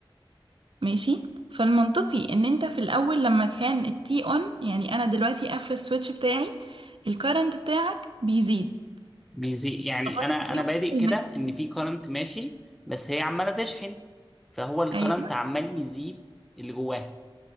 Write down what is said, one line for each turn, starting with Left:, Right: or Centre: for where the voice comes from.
Right: ماشي فالمنطقي ان انت في الاول لما كان التي اون يعني انا دلوقتي قافله السويتش بتاعي الكرنت بتاعك بيزيد
Centre: بيزي يعني
Right: لغايه
Centre: أنا
Right: ما
Centre: أنا
Right: يوصل
Centre: بادئ
Right: للماكسيمم
Centre: كده إن في كرنت ماشي بس هي عمالة تشحن فهو الكرنت
Right: ايوه
Centre: عمال يزيد اللي جواها